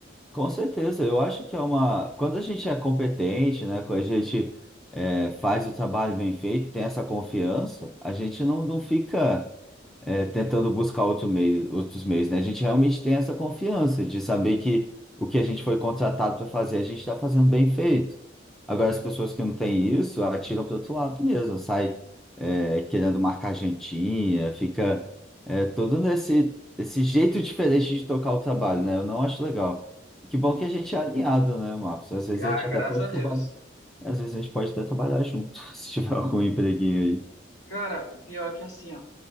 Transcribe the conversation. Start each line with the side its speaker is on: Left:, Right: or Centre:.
Centre: Com certeza, eu acho que é uma. Quando a gente é competente, né? Quando a gente é, faz o trabalho bem feito, tem essa confiança, a gente não, não fica é, tentando buscar outro meio, outros meios, né? A gente realmente tem essa confiança de saber que o que a gente foi contratado para fazer, a gente está fazendo bem feito. Agora, as pessoas que não têm isso, atiram para outro lado mesmo, sai é, querendo marcar jantinha, fica é, todo nesse esse jeito diferente de tocar o trabalho, né? Eu não acho legal. Que bom que a gente é alinhado, né, Marcos? Às vezes
Left: Ah,
Centre: a gente
Left: graças
Centre: até pode
Left: a Deus.
Centre: trabalhar, às vezes a gente pode até trabalhar junto, <laughs> se tiver algum empreguinho aí.
Left: Cara, o pior é que assim, ó.